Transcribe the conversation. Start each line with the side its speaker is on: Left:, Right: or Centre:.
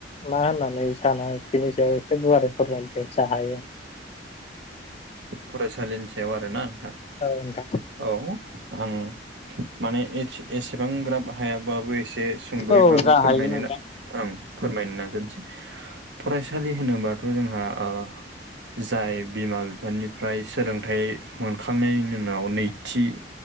Left: मा होननानै सानो बिनि सायाव एसे गुवारै फोरमायदो जा हायो
Right: फरायसालिनि सायाव आरोना नोंथां
Left: औ नोंथां
Right: औ आं माने एसेबां ग्राब हायाबाबो एसे सुंद'यैबाबो
Left: औ जा
Right: फोरमायनों
Left: हायो नोंथां
Right: फोरमायनो नाजसै फरायसालि होनोबाथ जोंहा ओ जाय बिमा बिफानिफ्राय सोलोंथाइ मोनखांनायनि उनाव नैथि